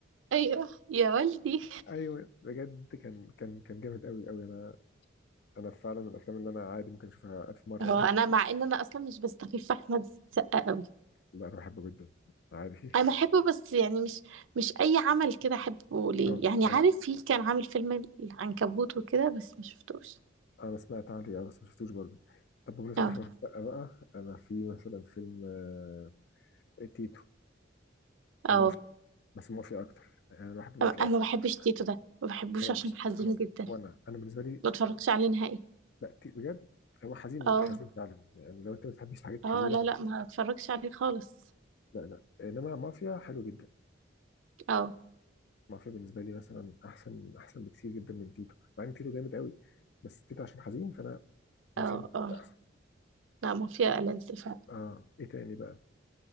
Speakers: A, on the right (about 85°); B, on the left (about 55°).
A: ايوه يا والدي
B: <laughs> ايوه بجد كان كان كان جامد قوي قوي انا انا فعلا من الافلام اللي انا عادي ممكن اشوفها 1000 مره
A: هو
B: عادي
A: انا مع ان انا اصلا مش بستخف في احمد السقا قوي
B: لا انا بحبه جدا عادي
A: انا بحبه بس يعني مش مش اي عمل كده احبه ليه
B: <laughs> طب
A: يعني
B: طب
A: عارف في كان عامل فيلم العنكبوت وكده بس ما شفتوش
B: انا سمعت عليه اه بس ما شفتوش برضه طب بمناسبه
A: اه
B: احمد السقا بقى انا في مثلا فيلم آه، إيه، تيتو ومافيا
A: اه
B: بس مافيا اكتر يعني انا بحب مافيا
A: انا
B: اكتر
A: ما بحبش تيتو ده ما بحبوش
B: وانا
A: عشان حزين جدا
B: وانا انا بالنسبه لي
A: ما اتفرجتش عليه نهائي
B: لا تي- بجد هو حزين
A: اه
B: حزين فعلا يعني لو انت ما بتحبش الحاجات الحزينه
A: اه لا
B: ما-
A: لا ما اتفرجش عليه خالص
B: لا لا انما مافيا حلو جدا
A: اه
B: مافيا بالنسبه لي مثلا احسن احسن بكتير جدا من تيتو مع ان تيتو جامد قوي بس تيتو عشان حزين فانا مافيا
A: اه
B: بالنسبه
A: اه
B: لي احسن
A: لا مافيا ألذ فعلا
B: اه ايه تاني بقى